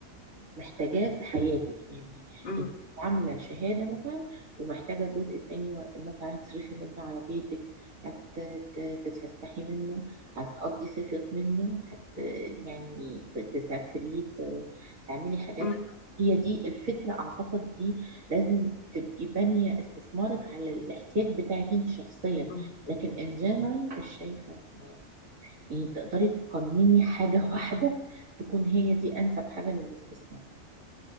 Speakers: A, on the right; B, on the left.
A: محتاجاه في حياتك يعني
B: أمم،
A: انت عامله شهاده مثلا ومحتاجه الجزء التاني مثلا هتصرفي منه على بيتك هتتفسحي منه هتقضي صيفك منه هت يعني تسافري ت- تعملي حاجات
B: أمم،
A: هي دي الفكره اعتقد دي لازم تبقي بانيه استثمارك على الاحتياج بتاعك انت شخصيا
B: أمم.
A: لكن ان جنرال مش شايفه إن- يعني تقدري تقنيني حاجه واحده تكون هي دي انسب حاجه للاستثمار